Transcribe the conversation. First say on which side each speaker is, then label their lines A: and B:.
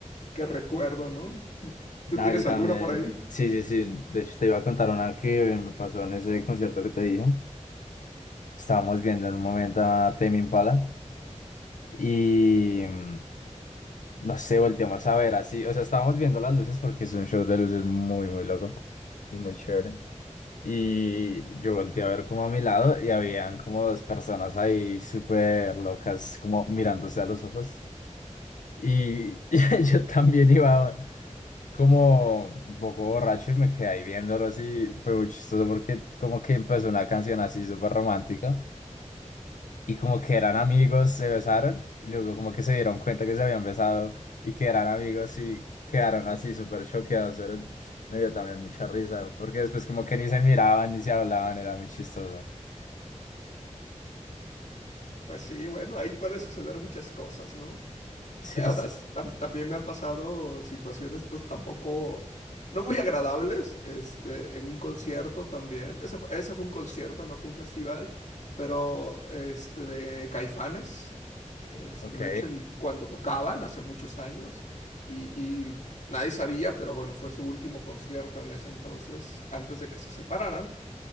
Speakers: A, on the left; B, on the left.
A: que recuerdo, ¿no? ¿Tú
B: No,
A: tú tienes
B: yo
A: alguna
B: también,
A: por ahí?
B: sí, sí, sí, de hecho te iba a contar una que me pasó en ese concierto que te dije. Estábamos viendo en un momento a Tame Impala. Y mm, no sé, volteamos a ver así. O sea, estábamos viendo las luces porque es un show de luces muy, muy loco y muy chévere. Y yo volteé a ver como a mi lado y habían como dos personas ahí súper locas, como mirándose a los ojos. Y <laughs> yo también iba como un poco borracho y me quedé ahí viéndolo así. Fue muy chistoso porque como que empezó una canción así súper romántica. y como que eran amigos, se besaron y luego como que se dieron cuenta que se habían besado y que eran amigos y quedaron así súper choqueados, pero <sniffs> me dio también mucha risa, porque después como que ni se miraban ni se hablaban, era muy chistoso. <laughs>
A: Pues sí, bueno, ahí puede suceder muchas cosas, ¿no?
B: Sí,
A: Digo,
B: sí,
A: ta-
B: sí.
A: tam- también me han pasado situaciones, pues tampoco, no muy agradables, este, en un concierto también. Ese fue, ese fue un concierto, no fue un festival, pero este, de Caifanes. Este,
B: Ok.
A: de hecho, el- cuando tocaban hace muchos años y, y nadie sabía, pero bueno, fue su último concierto en ese entonces, antes de que se separaran.